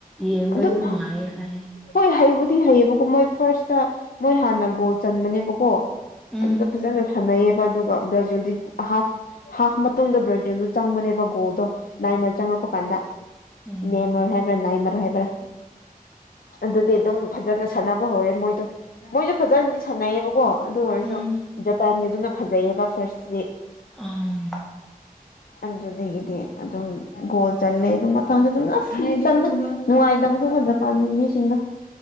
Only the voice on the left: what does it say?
ꯑꯗꯨꯝ
ꯍꯣꯏ ꯍꯩꯕꯨꯗꯤ ꯍꯩꯌꯦꯕꯀꯣ ꯃꯣꯏ ꯐꯥꯔꯁꯇ ꯃꯣꯏ ꯍꯥꯟꯅ ꯒꯣꯜ ꯆꯟꯕꯅꯦꯕꯀꯣ
ꯑꯗꯨꯗ ꯐꯖꯅ ꯁꯥꯟꯅꯩꯌꯦꯕ ꯑꯗꯨꯒ ꯕ꯭ꯔꯥꯖꯤꯜꯗꯤ ꯍꯥꯐ ꯍꯥꯐ ꯃꯇꯨꯡꯗ ꯕ꯭ꯔꯥꯖꯤꯜꯗ ꯆꯪꯕꯅꯦꯕ ꯒꯣꯜꯗꯣ ꯅꯥꯏꯃꯔ ꯆꯪꯉꯛꯄ ꯀꯥꯟꯗ
ꯅꯦꯝꯃꯔꯣ ꯍꯥꯏꯕ꯭ꯔꯥ ꯅꯥꯏꯃꯔꯣꯏ ꯍꯥꯏꯕ꯭ꯔꯥ ꯑꯗꯨꯗꯤ ꯑꯗꯨꯝ ꯐꯖꯅ ꯁꯥꯟꯅꯕ ꯍꯧꯔꯦ ꯃꯣꯏꯗꯣ ꯃꯣꯏꯁꯨ ꯐꯖꯅꯗꯤ ꯁꯥꯟꯅꯩꯌꯦꯕꯀꯣ ꯑꯗꯨ ꯑꯣꯏꯔꯁꯨ
ꯖꯄꯥꯟꯒꯤꯗꯨꯅ ꯐꯖꯩꯌꯦꯕ ꯐꯥꯔꯁꯇꯗꯤ
ꯑꯗꯨꯗꯒꯤꯗꯤ ꯑꯗꯨꯝ ꯒꯣꯜ ꯆꯂꯦ ꯑꯗꯨꯝ ꯃꯊꯪꯁꯨ ꯑꯗꯨꯝ ꯆꯂꯦ ꯅꯨꯡꯉꯥꯏꯇꯕꯗꯨ ꯖꯄꯥꯟ ꯃꯤꯁꯤꯡꯗ